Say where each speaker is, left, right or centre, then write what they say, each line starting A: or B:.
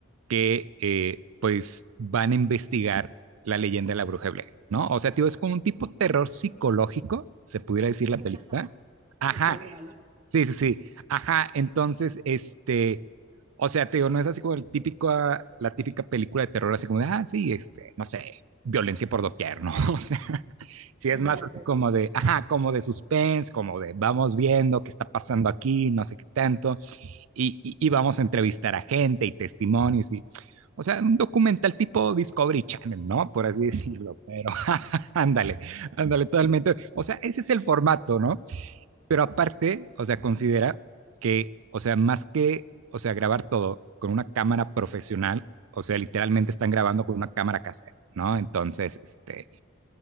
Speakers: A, on the right; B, on the right.
A: que eh, pues van a investigar la leyenda de la bruja de Blair, ¿no? O sea, tío, es como un tipo
B: Ujú.
A: terror psicológico, se pudiera decir
B: <laughs>
A: la película. Ajá,
B: Ok, vale.
A: sí, sí, sí, ajá, entonces, este, o sea, tío, no es así como el típico, ah, la típica película de terror, así como, de, ah, sí, este, no sé, violencia por doquier, ¿no? <laughs> O sea, sí es más
B: Ya, ya,
A: así como
B: ya.
A: de, ajá, como de suspense, como de, vamos viendo qué está pasando aquí, no sé qué tanto y, y, y vamos a entrevistar a gente y testimonios y, o sea, un documental tipo Discovery Channel, ¿no? Por así decirlo, pero <laughs> ándale, ándale totalmente. O sea, ese es el formato, ¿no? Pero aparte, o sea, considera que, o sea, más que, o sea, grabar todo con una cámara profesional, o sea, literalmente están grabando con una cámara casera, ¿no? Entonces, este,